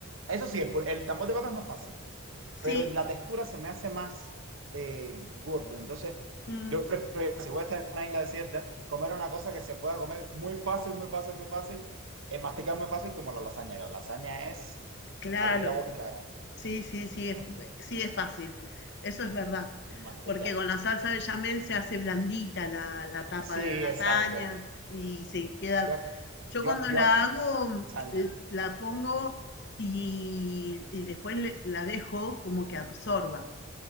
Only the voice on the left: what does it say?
sí,
mm,
claro.
Sí, sí, sí, es,
sí es fácil. Eso es verdad.
Porque con la salsa bechamel se hace blandita la, la tapa
de la lasaña
y se queda.
Yo
cuando
la
hago, mm,
l- la pongo y, y después le- la dejo como que absorba